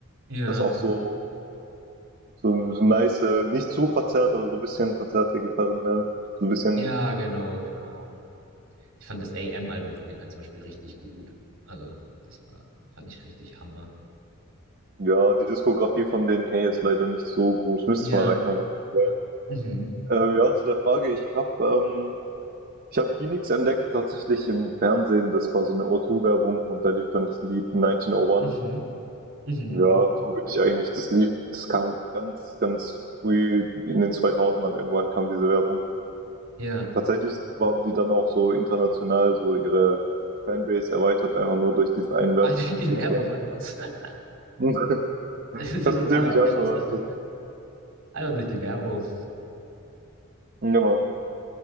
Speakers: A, on the right; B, on the right.
A: Ja.
B: Das ist auch so, so ein so nice, äh, nicht zu verzerrt, aber so ein bisschen verzerrte Gitarren, ne? So ein bisschen,
A: Ja, genau, genau. Ich fand das AM-Album von denen halt zum Beispiel richtig gut. Also, das war, fand ich richtig Hammer.
B: ja, die Diskografie von denen kenne ich jetzt leider nicht so groß. Müsste
A: Ja.
B: ich mal reinhören auf jeden Fall.
A: Mhm.
B: Äh, ja, zu der Frage, ich habe ähm, ich habe Phoenix entdeckt tatsächlich im Fernsehen. Das war so eine O2-Werbung und da lief dann das Lied 1901
A: Mhm. Mhm.
B: Ja, so bin ich eigentlich das lief das kam ganz, ganz früh in den 2000ern irgendwann kam diese Werbung.
A: Ja.
B: Tatsächlich haben die dann auch so international so ihre Fanbase erweitert, einfach nur durch diesen einen Werbespot
A: Ah, <laughs> durch die
B: sozusagen.
A: Werbung oder was? <laughs>
B: <laughs>
A: Das ist
B: Hört sich ziemlich
A: einfach
B: an,
A: krass.
B: aber
A: Einfach
B: ist das.
A: durch die Werbung.
B: Ja, Mann.